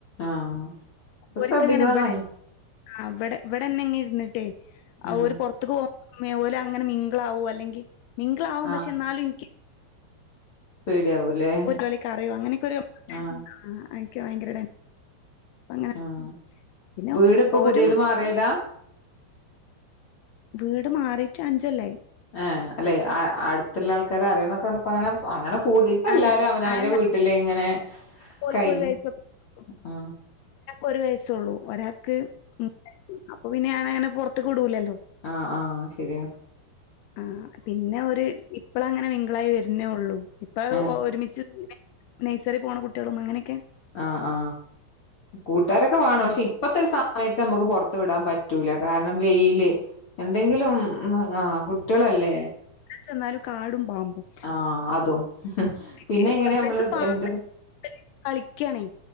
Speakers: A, on the left; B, on the left.
A: ആഹ് അപ്പൊ
B: ഒരിക്കങ്ങനെ
A: ശ്രദ്ധിക്കണ
B: ഇവിടെ
A: നല്ല
B: ആ ഇവ്ടെ ഇവിടെന്നെ ഇങ്ങെ ഇര്ന്ന്‌ <unintelligible>
A: ഉം
B: ഓര് പുറത്തക്ക് പോ മേവോല അങ്ങനെ മിങ്കളാവോ അല്ലെങ്കിൽ മിങ്കളാവും
A: ആഹ്
B: പക്ഷെ എന്നാലുംനിക്ക്‌
A: പേടിയാവൂലേ
B: ഒരു കളി കറിയോ അങ്ങനെയൊക്കെ ഒരു
A: ആഹ്
B: ആ എനിക്ക് ഭയങ്കര ഇട അങ്ങനെ
A: ആഹ്
B: പിന്നെ
A: വീട് ഇപ്പൊ
B: ഓരും
A: പുതിയത് മാറിയതാ
B: വീട് മാറിയിട്ട് അഞ്ചല്ലോയി.
A: ആ അല്ലെ അടുത്തുള്ള ആൾക്കാരെ അറിയാന്നൊക്കെ പറഞ്ഞപ്പോ അങ്ങനെ അങ്ങനെ കൂടുതൽ ഇപ്പ എല്ലാരും
B: അങ്ങ
A: അവന വന്റെ
B: അല്ല
A: വീട്ടില് ഇങ്ങനെ
B: ഓൽക്ക്
A: കൈയിഞ്ഞ്
B: ഒരു വയസ്സ് ഒരാൾക്ക്
A: ആ
B: ഒരു വയസ്സേള്ളൂ ഒരാൾക്ക് ഉം അപ്പ പിന്നെ ഞാൻ അങ്ങനെ പൊർത്ത്ക്ക് വുടുലല്ലോ
A: ആ ആ ശരിയാ
B: ആ പിന്നെ ഒര് ഇപ്പളാ അങ്ങനെ മിങ്ക്ളായി വെര്ന്നെ ഒള്ളു ഇപ്പ അയ്
A: ഏഹ്
B: ഒര്മിച്ച് നെ നെഴ്സെറി പോണ കുട്ടെളും അങ്ങനെ ഒക്കെ
A: ആ ആ കൂട്ടാരോക്കെ വാണം
B: ആയത്.
A: പക്ഷെ ഇപ്പത്തെ ഒര് സമയെത്ത് നമ്മക്ക് പൊർത്ത് വിടാൻ പ പറ്റൂലാ കാരണം വെയില് എന്തെങ്കിലും ഉം ആ കുട്ടെൾ അല്ലെ
B: ച്ച് എന്നാലും കാടും പാമ്പും
A: ആ അതും
B: എനിക്ക്
A: പിന്നെ എങ്ങനെ നമ്മൾ
B: ഇവർക്ക് പാമ്പ്
A: എന്ത്
B: കളിക്കാണേ